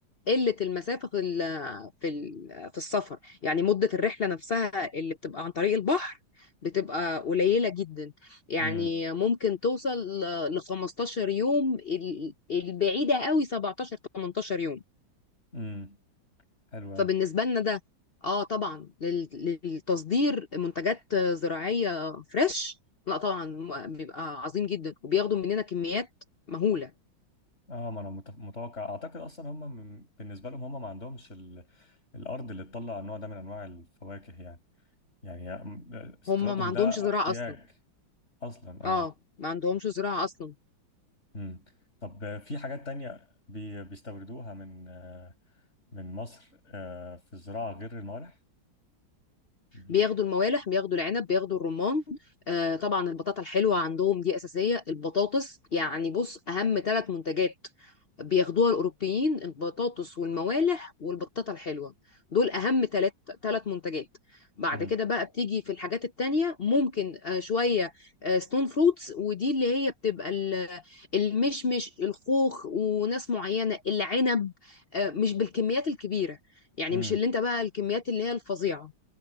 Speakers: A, on the left; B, on the left.
A: قلة المسافة في ال في ال في السفر يعني مدة الرحلة نفسها اللي بتبقى عن طريق البحر بتبقى قليلة جدا يعني
B: امم
A: ممكن توصل ل 15 يوم ال- البعيدة قوي 17 18 يوم
B: امم حلو
A: فبالنسبة
B: قوي
A: لنا ده اه طبعا لل- للتصدير منتجات زراعية فريش لا طبعا بيبقى عظيم جدا وبياخدوا مننا كميات مهولة
B: اه ما انا متف- متوقع اعتقد اصلا هم من- بالنسبه لهم هم ما عندهمش ال... الارض اللي تطلع النوع ده من انواع الفواكه يعني يعني استيرادهم
A: هم ما عندهمش
B: ده
A: زراعة
B: احتياج
A: أصلا
B: اصلا اه
A: اه ما عندهمش زراعة أصلا
B: امم طب في حاجات تانية بي... بيستوردوها من آه، من مصر آه، في الزراعه غير الموالح بي...
A: بياخدوا الموالح بياخدوا العنب بياخدوا الرمان آه طبعا البطاطا الحلوه عندهم دي اساسيه البطاطس يعني بص اهم ثلاث منتجات بياخدوها الاوروبيين البطاطس والموالح والبطاطا الحلوه دول اهم ثلاث ثلاث منتجات بعد
B: امم
A: كده بقى بتيجي في الحاجات التانية ممكن آه، شويه ستون فروتس ودي اللي هي بتبقى ال- المشمش الخوخ وناس معينه العنب آه، مش بالكميات الكبيره يعني
B: امم
A: مش اللي انت بقى الكميات اللي هي الفظيعه